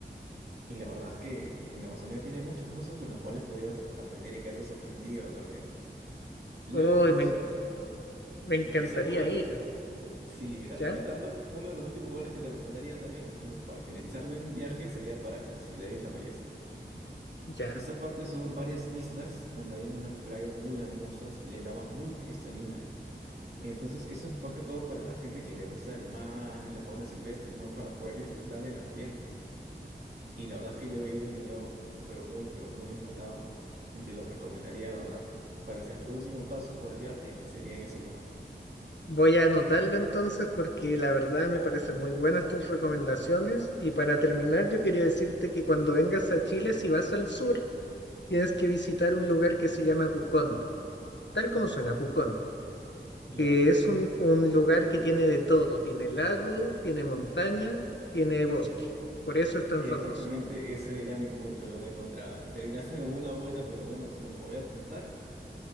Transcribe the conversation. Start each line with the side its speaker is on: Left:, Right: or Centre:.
Right: Y la verdad es que en la Amazonía tiene muchas cosas con las cuales podías aprender y quedarte sorprendido también. Luego,
Left: Uy,
Right: por,
Left: me,
Right: se-
Left: en- me encantaría
Right: por tercer lugar,
Left: ir.
Right: Sí, mira,
Left: ¿Ya?
Right: rescatando, uno de los últimos lugares que te recomendaría también, como para finalizar un viaje, sería Paracas y la Isla Ballestas.
Left: Ya.
Right: Esta parte son varias islas donde hay unas playas muy hermosas, el agua muy cristalina. Entonces, eso es más que todo para la gente que le gusta el mar y la fauna silvestre, ¿no? Para poder disfrutar del ambiente. Y la verdad es que yo he ido y me quedo, pero muy, pero muy encantado. Y te lo recomendaría, de verdad, para hacer tu último paso por el viaje, sería en ese lugar.
Left: Voy a anotarlo entonces porque la verdad me parecen muy buenas tus recomendaciones. Y para terminar, yo quería decirte que cuando vengas a Chile, si vas al sur, tienes que visitar un lugar que se llama Pucón, tal como suena Pucón.
Right: Claro.
Left: que es un, un lugar que tiene de todo, tiene lago, tiene montaña, tiene bosque. Por eso es tan
Right: Exactamente,
Left: famoso.
Right: ese era mi punto, lo que encontraba. Terminaste con una buena, pero buena opción. Lo voy a apuntar